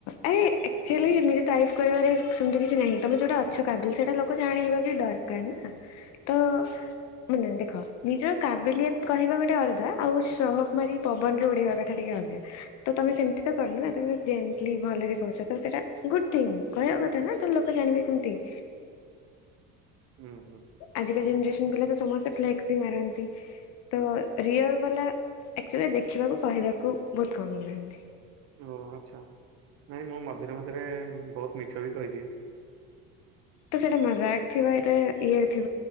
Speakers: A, on the left; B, on the right.
A: ଆଚୁଆଲି ନିଜ ତାରିଫ କରିବାରେ ସେମତି କିଛି ନାହିଁ ତମେ ଯୋଉଟା ଅ ଛ କାବିଲ ସେଟା ଲୋକ ଜାଣେଇବା ବି ଦରକାର ନା ତ ମାନେ ଦେଖ ନିଜର କାବିଲିୟତ କହିବା ଗୋଟେ ଅଲଗା ଆଉ ସହକ ମାରି ପବନରେ ଉଡେଇବା କଥା ଟିକେ ଅଲଗା ତମେ ସେମିତି ତ କରନୁ ନା ତମେ ଜେଣ୍ଟଲି ଭଲରେ କହୁଛ। ତ ସେଇଟା ଗୁଡ ଥିଙ୍ଗ କହିବା କଥା ନା ତ ଲୋକ ଜାଣିବେ କେମତି।
B: ହୁଁ ହୁଁ।
A: ଆଜିକା ଜେନେରେସନ୍ ପିଲା ତ ସମସ୍ତେ ଫ୍ଲେକ୍ସ ସି ମାରନ୍ତି। ତ ରିଅଲ ବାଲା ଆଚୁଲି ଦେଖିବାକୁ କହିବାକୁ ବହୁତ କମ ଯଥାନ୍ତି।
B: ଓ ଆଚ୍ଛା ନାଇଁ ମୁଁ ମଝିରେ ମଝିରେ ବହୁତ ମିଛ ବି କହିଦିଏ।
A: ତ ସେଇଟା ମଜାକ ଥିବାିବ ଏ ଇଏରେ ଥ